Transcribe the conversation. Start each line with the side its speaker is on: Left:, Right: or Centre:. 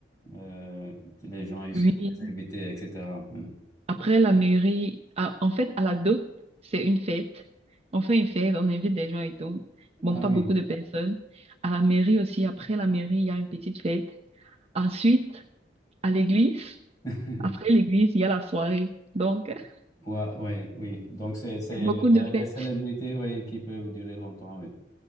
Left: euh, les gens, ils
Right: oui,
Left: les invités, etc. Hmm.
Right: après la mairie, à- en fait, à la dot, c'est une fête. On fait une fête, on invite des gens et tout. Bon,
Left: Ah
Right: pas
Left: oui,
Right: beaucoup de personnes. À la mairie aussi, après la mairie, il y a une petite fête. Ensuite, à l'église.
Left: <laughs>
Right: Après l'église, il y a la soirée. Donc, <laughs> il
Left: ouais, ouais, oui. Donc, c'est c'est
Right: y a beaucoup
Left: des
Right: de fêtes.
Left: des célébrités, ouais, qui peuvent durer longtemps, oui.